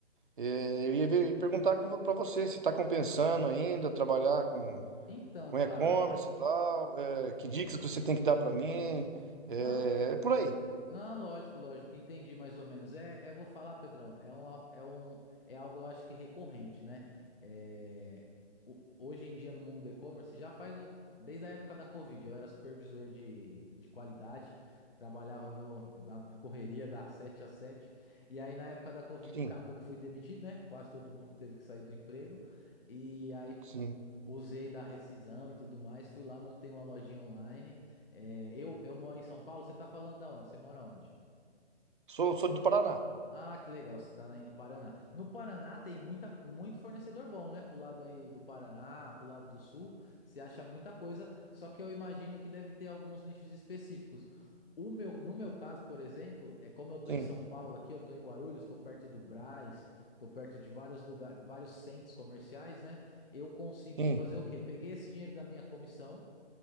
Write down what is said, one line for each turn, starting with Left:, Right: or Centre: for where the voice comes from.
Right: eh, eu ia, ver- ia perguntar com, pra você se tá compensando ainda trabalhar com,
Left: Então,
Right: com
Left: cara,
Right: e-commerce e tal, eh, que dicas que você tem que dar pra mim.
Left: na-
Right: eh, É, por aí.
Left: Não, lógico, lógico, entendi mais ou menos. É, é, vou falar, Pedrão, é um, al- é um, é algo eu acho que recorrente, né? É, o- hoje em dia no mundo do e-commerce já faz o- desde a época da Covid. Eu era supervisor de, de qualidade, trabalhava no, na, na correria das 7 às sete E aí na época da Covid
Right: Sim,
Left: acabou que fui demitido, né? Quase todo mundo teve que sair do emprego. E aí
Right: sim.
Left: usei da rescisão e tudo mais, fui lá, montei uma lojinha online é, eu, eu moro em São Paulo, você tá falando da onde? Você mora onde?
Right: Sou, sou do Paraná.
Left: Ah, que legal, você tá aí no Paraná. No Paraná tem muita, muito fornecedor bom, né? Pro lado aí do Paraná, pro lado do Sul, você acha muita coisa, só que eu imagino que deve ter alguns nichos específicos. O meu, no meu caso, por exemplo, é como eu tô
Right: Sim,
Left: em São Paulo aqui, eu tô em Guarulhos, tô perto do Brás, tô perto de vários lugares, vários centros comerciais, né? Eu consegui
Right: sim.
Left: fazer o quê? Peguei esse dinheiro da minha comissão,